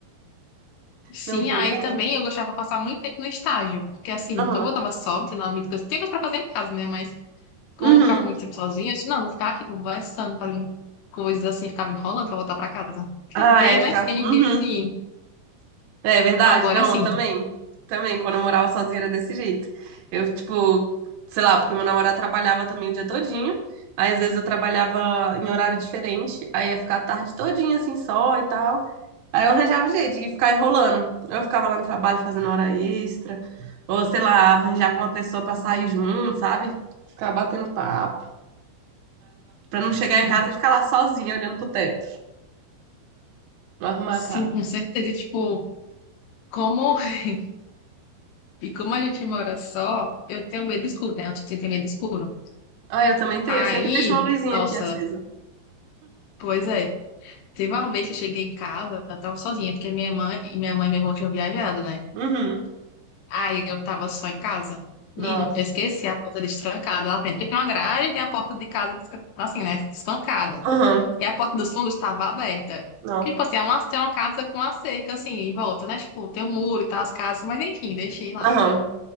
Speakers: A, on the left; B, on the right.
A: Sim,
B: Não, pois
A: aí
B: é.
A: também eu gostava de passar muito tempo no estágio, porque assim,
B: Aham.
A: como eu tava só, não tinha coisas para fazer em casa, né? Mas Como
B: Uhum.
A: eu ficava muito tempo sozinha, eu disse, não, vou ficar aqui conversando, fazendo coisas assim, ficava enrolando pra voltar pra casa. Até
B: Ah,
A: Porque,
B: é,
A: né?
B: tá.
A: Porque ninguém,
B: Uhum.
A: assim,
B: É verdade,
A: agora
B: não,
A: sim,
B: eu também. Também, quando eu morava sozinha era desse jeito. Eu, tipo, sei lá, porque meu namorado trabalhava também o dia todinho. Aí, às vezes, eu trabalhava em horário diferente. Aí, ia ficar a tarde todinha, assim, só e tal. Aí, eu arranjava um jeito de ficar enrolando. Eu ficava lá no trabalho fazendo hora extra. Ou, sei lá, arranjava uma pessoa pra sair junto, sabe? Ficar batendo papo. Pra não chegar
A: sim,
B: em casa e ficar lá sozinha, olhando pro teto. Não arrumar
A: sim,
B: a casa.
A: com certeza. E, Tipo, como, <laughs> e como a gente mora só, eu tenho medo escuro, né? Eu tenho medo escuro.
B: Ah, eu também tenho.
A: Aí,
B: Eu sempre deixo uma luzinha
A: nossa,
B: aqui acesa.
A: pois é. Teve uma vez que eu cheguei em casa, eu tava sozinha, porque minha mãe e minha mãe e meu irmão tinham viajado, né?
B: Uhum.
A: Aí eu tava só em casa. Menino,
B: Nossa.
A: eu esqueci a porta destrancada lá frente. Porque tem uma grade e tem a porta de casa, desca- assim, né? Espancada.
B: Aham.
A: E a porta dos fundos estava aberta.
B: Não.
A: Porque, Tipo assim, é uma, tem uma casa com a cerca, assim, em volta, né? Tipo, tem um muro e tal, as casas, mas enfim, deixei lá.
B: Aham.